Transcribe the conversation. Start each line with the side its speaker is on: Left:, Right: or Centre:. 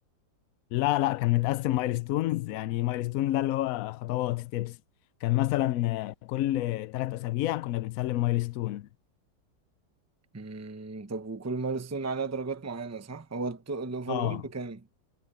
Left: لا لا كان متقسم مايلستونز يعني مايلستون ده اللي هو خطوات ستيبس كان مثلا آه، كل ثلاث اسابيع كنا بنسلم مايلستون
Right: مم. طب وكل مايلستون عليها درجات معينة صح هو الأوفر
Left: اه
Right: أول بكام؟